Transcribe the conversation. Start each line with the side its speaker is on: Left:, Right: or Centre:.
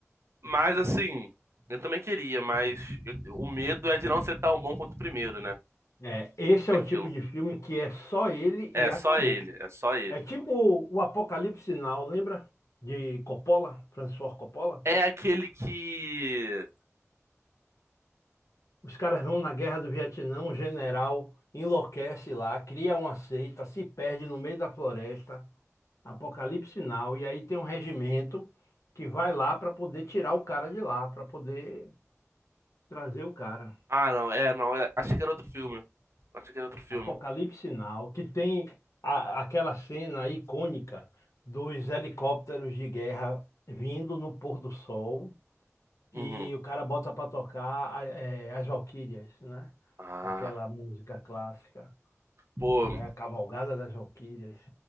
Right: mas assim, eu também queria, mas eu- o medo é de não ser tão bom quanto o primeiro, né?
Left: É, esse
Right: É
Left: é o
Right: aquilo.
Left: tipo de filme que é só ele
Right: É
Left: e acabou.
Right: só ele, é só ele.
Left: É tipo o Apocalipse Sinal, lembra? De Coppola, Francis Ford Coppola?
Right: É aquele que.
Left: Os caras vão na guerra do Vietnã, um general enlouquece lá, cria uma seita, se perde no meio da floresta, Apocalipse Sinal, e aí tem um regimento que vai lá para poder tirar o cara de lá, para poder trazer o cara.
Right: Ah, não, é, não, é- achei que era outro filme. Achei que era outro filme.
Left: Apocalipse Sinal, que tem a- aquela cena icônica dos helicópteros de guerra vindo no pôr do sol.
Right: Uhum.
Left: e o cara bota para tocar a- eh, as Valquírias, né?
Right: Ah,
Left: Aquela música clássica,
Right: Pô,
Left: né? A Cavalgada das Valquírias.